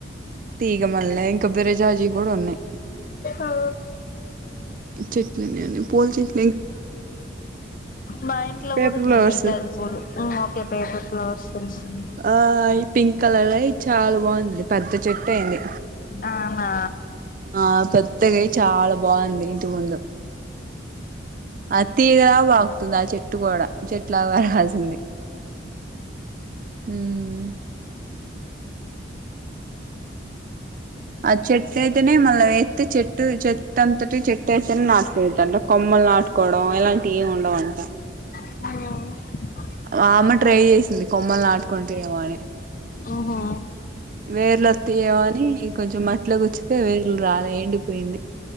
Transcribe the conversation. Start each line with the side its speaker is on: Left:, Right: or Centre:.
Right: తీగమల్లే ఇంకా బెరజాజి కూడ ఉన్నాయి
Left: ఆ
Right: చెట్లున్న ఉన్నాయి అన్ని పూల చెట్
Left: మా ఇంట్లో
Right: పేపర్
Left: కూడా ఉన్నాయి
Right: ఫ్లవర్స్
Left: అవి జాజి పూలు హు ఓకే పేపర్స్ లో సొర సోయ్
Right: ఆ ఈ పింక్ కలర్వే చాలా బాగుందిలే పెద్ద చెట్టు అయింది
Left: అవునా
Right: ఆ పెద్దగై చాలా బాగుంది ఇంటి ముందు అద్ తీగలా పాక్తుంది ఆ చెట్టు కూడ చెట్లా పెరగాల్సింది. ఊ మ్ ఆ చెట్టు అయితేనే మళ్ళా ఎత్తు చెట్టు చెట్ చెట్టంతటి చెట్టు అయితేనే నాటుకోదంట కొమ్మల్ నాటుకోవడం ఇలాంటి ఏమి ఉండవంట
Left: ఆ
Right: ఆ అమ్మ ట్రై చేసింది కొమ్మలు నాటుకుంటేమో అని
Left: అహా
Right: వేర్లోత్తయమో అని కొంచెం మట్లో గుచ్చితే వేర్లు రాలే ఎండిపోయింది